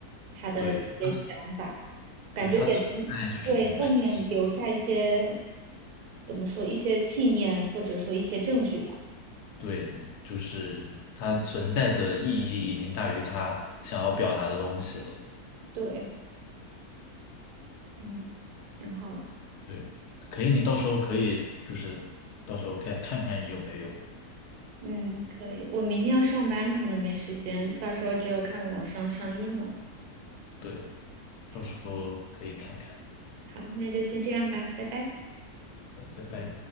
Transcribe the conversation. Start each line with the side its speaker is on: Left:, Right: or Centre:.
Right: 他的一些想法，
Left: 对
Right: 感觉也能为后面留下一些，
Left: 对，它存在就已经很有意义了。
Right: 怎么说，一些纪念或者说一些证据吧。
Left: 对，就是它存在的意义已经大于它想要表达的东西了。
Right: 对，嗯，挺好的。
Left: 对，可以，你到时候可以就是到时候可以看看有没有，
Right: 嗯，可以。我明天要上班，可能没时间，到时候只有看网上上映了。
Left: 对，
Right: 好，
Left: 到时候可以看看。
Right: 好，那就先这样吧，拜拜。
Left: 呃拜拜。